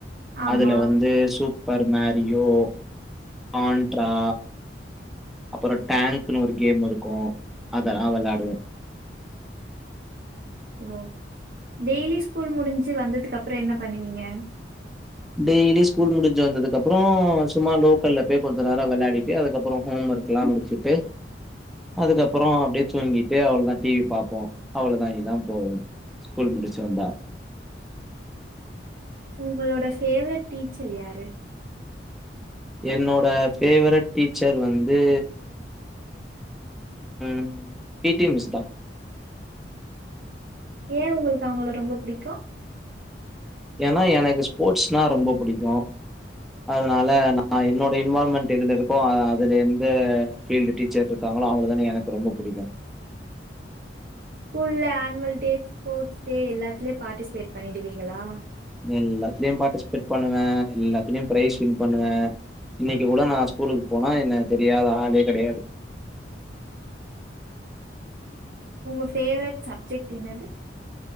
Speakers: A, on the right; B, in the centre.
A: ஆமா
B: அதுல வந்து சூப்பர் மேரியோ பான்ட்ரா அப்புறோ டேங்க்குன்னு ஒரு கேம் இருக்கும் அதெல்லா விளாடுவோம்
A: ஓ டெய்லி ஸ்கூல் முடிஞ்சு வந்ததுக்குப்புறோ என்ன பண்ணுவீங்க
B: டெய்லி ஸ்கூல் முடிஞ்சி வந்ததுக்கப்புறோ சும்மா லோக்கல்ல போய் கொஞ்சோ நேறோ விளயாடிட்டு அதுக்கப்புறோ ஹோம் ஒர்க் எல்லாம் முடிச்சுட்டு அதுக்கப்புறோ அப்டியே தூங்கிட்டு அவளோதா டிவி பாப்போம் அவ்ளவுதா இதா போகும் ஸ்கூல் முடிச்சி வந்தா
A: உங்களோட ஃபேவரட் டீச்சர் யாரு
B: என்னோட ஃபேவரட் டீச்சர் வந்து ம் பீ டி மிஸ்தா
A: ஏ உங்களுக்கு அவுங்கள ரொம்ப புடிக்கும்
B: ஏன்னா எனக்கு ஸ்போட்ஸ்னா ரொம்ப புடிக்கும் அதனால நா என்னோட இன்வால்மென்ட் எதுல இருக்கோ அதுல இருந்து ஃபீல்டு டீச்சர் இருக்காங்களோ அவுங்க தான எனக்கு ரொம்ப புடிக்கும்
A: ஸ்கூல்ல ஆனுவல் டேஸ் ஸ்போர்ட் டே எல்லாத்துலயு பார்டிசிபேட் பண்ணிடுவீங்களா
B: எல்லாத்துலயும் பார்ட்டிசபேட் பண்ணுவேன் எல்லாத்துலயும் பிரைஸ் வின் பண்ணுவன் இன்னிக்கு கூட நா ஸ்கூலுக்கு போனா என்ன தெரியாத ஆளே கெடயாது
A: உங்க ஃபேவரெட் சப்ஜெக்ட் என்னது